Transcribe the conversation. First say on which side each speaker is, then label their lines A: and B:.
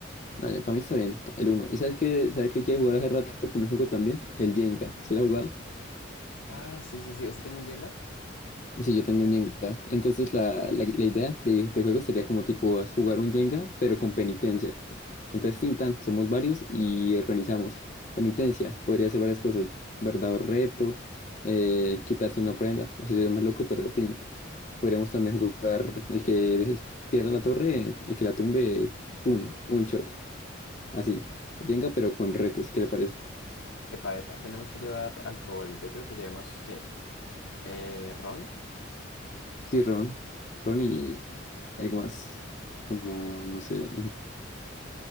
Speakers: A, on the left; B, on the left.
A: No, para mí está bien, el uno. ¿Y sabes qué, sabes qué quiere jugar hace rato que no juego también? El Jenga. ¿Se la ha jugado?
B: Ah, sí, sí, sí, ¿usted tiene un Jenga?
A: Sí, yo tengo un Jenga. Entonces la, la, la idea de, de juego sería como tipo as- jugar un Jenga, pero con penitencias. Entonces, tintan, somos varios y organizamos. Penitencia, podría ser varias cosas. Guardar reto, eh, quitarse una prenda. No sé si es más loco, pero tin. Podríamos también jugar el que el que pierda la torre, el que la tumbe, un, un shot. Así. Jenga, pero con retos, ¿qué le parece?
B: Epa, epa, tenemos que llevar alcohol, yo creo que llevemos, ¿qué? Eh, ¿ron?
A: Sí, Ron. Ron y algo más. Como, no sé.